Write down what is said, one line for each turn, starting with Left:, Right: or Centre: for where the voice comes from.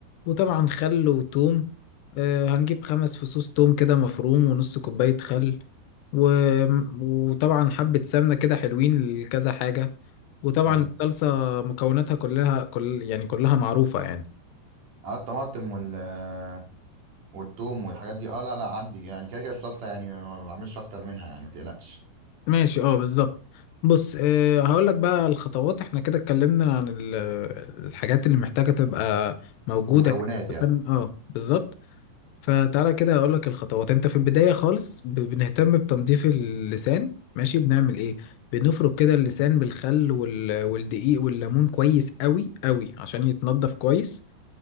Left: وطبعا خل وتوم آه، هنجيب خمس فصوص توم كده مفروم ونص كوباية خل و... وطبعا حبة سمنة كده حلوين لكذا حاجة وطبعا
Right: حلو
Left: الصلصة مكوناتها كلها كل يعني كلها معروفة يعني
Right: اه الطماطم وال آه، والثوم والحاجات دي اه لا لا عندي يعني كده كده الصلصه يعني ما بعملش اكتر منها يعني ما تقلقش
Left: ماشي اه بالظبط بص أه هقول لك بقى الخطوات احنا كده اتكلمنا عن ال- الحاجات اللي محتاجة تبقى موجودة
Right: مكونات
Left: عشان-
Right: يعني
Left: اه بالظبط فتعالى كده هقول لك الخطوات انت في البداية خالص ب- بنهتم بتنظيف اللسان ماشي بنعمل ايه بنفرك كده اللسان بالخل وال... والدقيق والليمون كويس قوي قوي عشان يتنضف كويس